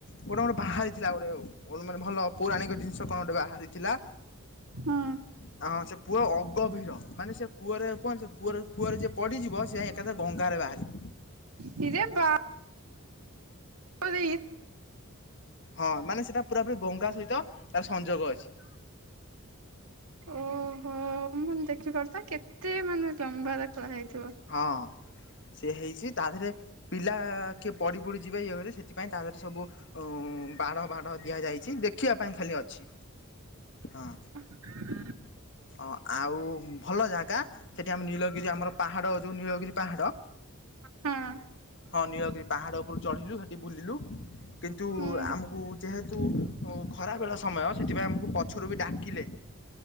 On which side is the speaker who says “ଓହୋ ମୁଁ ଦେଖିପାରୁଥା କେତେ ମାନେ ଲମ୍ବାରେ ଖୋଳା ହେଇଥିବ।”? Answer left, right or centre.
Right